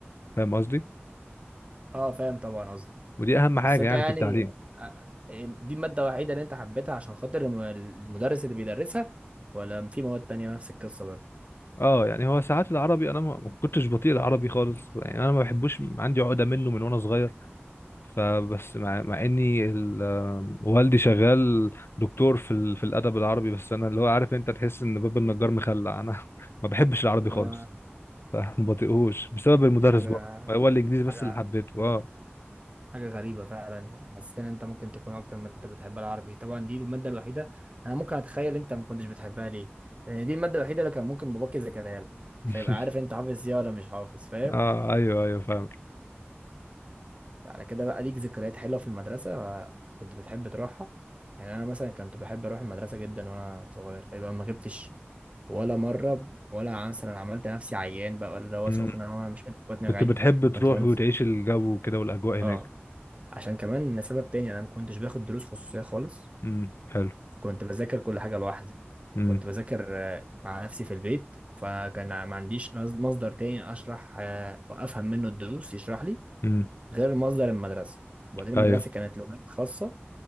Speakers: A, on the left; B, on the right.
A: فاهم قصدي
B: اه فاهم طبعا قصدك
A: ودي اهم حاجة
B: بس انت
A: يعني
B: يعني
A: في التعليم
B: آه، دي الماده الوحيده اللي انت حبيتها عشان خاطر الم- المدرس اللي بيدرسها ولا في مواد تانية نفس القصه برضه
A: اه يعني هو ساعات العربي انا ما ما كنتش بطيء العربي خالص يعني انا ما بحبوش عندي عقدة منه من وانا صغير فبس مع, مع اني ال- آه، والدي شغال دكتور في ال... في الادب العربي بس انا اللي هو عارف انت تحس ان باب النجار مخلع انا <laughs> ما بحبش العربي خالص
B: آه،
A: فما بطيقهوش بسبب المدرس
B: حاجة
A: برضه هو الانجليزي بس
B: حاجة
A: اللي حبيته اه
B: حاجة غريبة فعلا حسيت ان انت ممكن تكون اكتر مادة بتحبها العربي طبعا دي المادة الوحيدة انا ممكن اتخيل انت ما كنتش بتحبها ليه لان دي المادة الوحيدة اللي كان ممكن باباك يذاكرها لك
A: <laughs>
B: فيبقى عارف انت حافظ ايه ولا مش حافظ فاهم
A: اه ايوه ايوه فاهم
B: على كده بقى ليك ذكريات حلوة في المدرسة كنت بتحب تروحها يعني انا مثلا كنت بحب اروح المدرسة جدا وانا صغير تقريبا ما جبتش ولا مرة ولا مثلا عملت نفسي عيان بقى ولا اللي هو
A: مم.
B: سخن انا وأنا مش قادر بطني
A: كنت
B: وجعاني
A: بتحب
B: كنت
A: تروح
B: بنسى
A: وتعيش الجو وكده والاجواء
B: اه
A: هناك
B: عشان كمان سبب تاني انا ما كنتش باخد دروس خصوصية خالص
A: امم حلو
B: كنت بذاكر كل حاجة لوحدي
A: امم
B: كنت بذاكر آه، مع نفسي في البيت فكان ما عنديش مص- مصدر تاني أشرح آه، وأفهم منه الدروس يشرح لي
A: امم
B: غير مصدر المدرسة وبعدين المدرسة
A: ايوه
B: كانت لغات خاصة